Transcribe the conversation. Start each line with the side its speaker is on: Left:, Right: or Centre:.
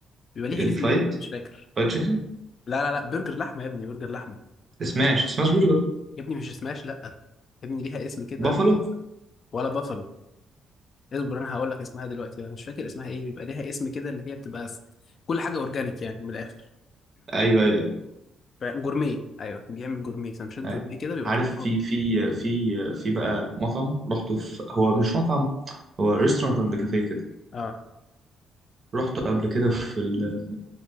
Left: بيبقى ليها
Right: الفرايد
Left: اسم كده أنا مش فاكر
Right: فرايد تشيكن
Left: لا لا لا برجر لحمه يا ابني برجر لحمه
Right: سماش سماش برجر
Left: يا ابني مش سماش لا يا ابني ليها اسم كده
Right: بافالو
Left: ولا بافالو اصبر انا هقول لك اسمها دلوقتي انا مش فاكر اسمها ايه بيبقى ليها اسم كده اللي هي بتبقى س- كل حاجه اورجانيك يعني من الاخر
Right: ايوه ايوه ايوه
Left: ف- جورميه ايوه بيعمل جورميه سندوتشات جورميه
Right: أيوة.
Left: كده بيبقى
Right: عارف
Left: طبقها
Right: في في
Left: حلو.
Right: في في بقى مطعم رحته في هو مش مطعم هو ريستورانت اند كافيه كده
Left: اه
Right: رحته قبل كده في ال-